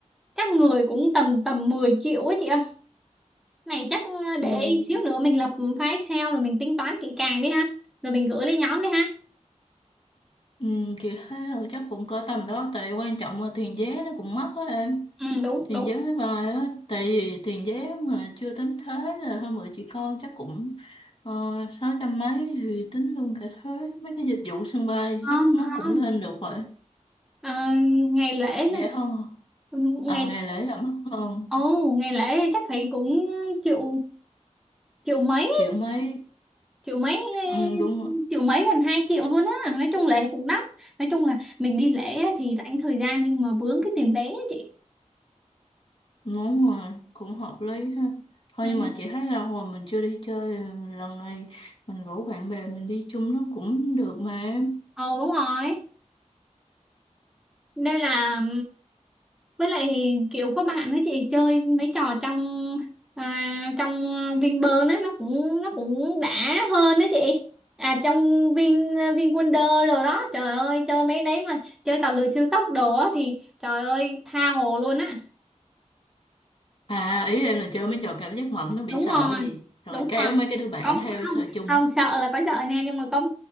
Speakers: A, in the centre; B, on the left (about 45°).
A: Chắc người cũng tầm tầm 10 triệu á chị ơi. Này chắc ờ,
B: ừ,
A: để xíu nữa mình lập file Excel rồi mình tính toán kỹ càng đi ha. Rồi mình gửi lên nhóm đi ha.
B: ừ, chị thấy là chắc cũng cỡ tầm đó tại quan trọng là tiền vé nó cũng mắc á em
A: Ừ đúng
B: Tiền
A: đúng.
B: giáo với bài á, tại vì tiền giáo mà chưa tính thuế là hơn bữa chị coi chắc cũng ờ, 600 mấy thì tính luôn cả thuế mấy cái dịch vụ sân bay
A: Không
B: chắc nó
A: không.
B: cũng lên được rồi
A: Ờ, ngày lễ là
B: rẻ hơn à
A: ngày
B: À, ngày lễ là mắc hơn
A: Ồ, ngày lễ chắc phải cũng triệu triệu mấy
B: triệu mấy
A: triệu mấy ờ,
B: ừ, đúng rồi
A: triệu mấy gần hai triệu luôn á nói chung lễ cũng đắt nói chung là mình đi lễ á thì rảnh thời gian nhưng mà vướng cái tiền vé á chị
B: đúng rồi cũng hợp lý ha thôi
A: ừ.
B: nhưng mà chị thấy lâu rồi mình chưa đi chơi lần này mình rủ bạn bè mình đi chung nó cũng được mà em
A: Ồ đúng rồi nên là với lại kiểu có bạn nói chị chơi mấy trò trong à, trong Vinpearl á nó cũng nó cũng đã hơn đó chị à trong Vin VinWonder rồi đó trời ơi chơi mấy đấy mà chơi tàu lượn siêu tốc đồ á thì trời ơi tha hồ luôn á
B: à ý em là chơi mấy trò cảm giác mạnh nó bị
A: đúng
B: sợ
A: rồi
B: gì rồi
A: đúng
B: kéo
A: rồi
B: mấy cái đứa bạn
A: có
B: theo
A: không
B: sợ chung
A: không sợ là có sợ nha nhưng mà có